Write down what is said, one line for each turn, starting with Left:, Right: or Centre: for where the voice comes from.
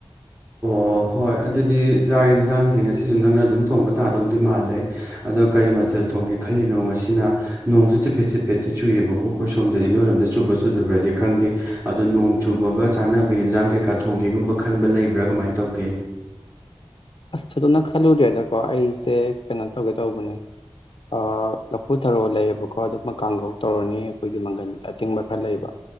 Right: ꯑꯣ ꯍꯣꯏ ꯑꯗꯨꯗꯤ ꯆꯥꯛ ꯌꯦꯟꯁꯥꯡꯁꯤꯡ ꯉꯁꯤꯁꯨ ꯅꯪꯅ ꯑꯗꯨꯝ ꯊꯣꯡꯕ ꯇꯥꯗꯧꯗꯤ ꯃꯥꯜꯂꯦ ꯑꯗꯣ ꯀꯔꯤ ꯃꯊꯦꯜ ꯊꯣꯡꯒꯦ ꯈꯜꯂꯤꯅꯣ ꯉꯁꯤꯅ ꯅꯣꯡꯁꯨ ꯆꯤꯐꯦꯠ ꯆꯤꯐꯦꯠꯇꯤ ꯆꯨꯏꯌꯦꯕꯀꯣ ꯑꯩꯈꯣꯏ ꯁꯣꯝꯗꯗꯤ ꯅꯣꯏꯔꯣꯝꯗ ꯆꯨꯕ ꯆꯨꯗꯕ꯭ꯔꯗꯤ ꯈꯪꯗꯦ ꯑꯗꯣ ꯅꯣꯡ ꯆꯨꯕꯒ ꯆꯥꯅꯕ ꯌꯦꯟꯖꯥꯡ ꯀꯩꯀꯥ ꯊꯣꯡꯒꯦꯒꯨꯝꯕ ꯈꯟꯕ ꯂꯩꯕ꯭ꯔꯥ ꯀꯃꯥꯏꯅ ꯇꯧꯒꯦ
Left: ꯑꯁ ꯊꯣꯏꯗꯣꯛꯅ ꯈꯜꯂꯨꯗ꯭ꯔꯦꯗꯀꯣ ꯑꯩꯁꯦ ꯀꯩꯅꯣ ꯇꯧꯒꯦ ꯇꯧꯕꯅꯦ ꯑ ꯂꯐꯨ ꯊꯔꯣ ꯂꯩꯌꯦꯕꯀꯣ ꯑꯗꯨꯝꯃ ꯀꯥꯡꯉꯧ ꯇꯧꯔꯅꯤ ꯑꯩꯈꯣꯏꯒꯤ ꯃꯪꯒꯟ ꯑꯇꯤꯡꯕ ꯈꯔ ꯂꯩꯕ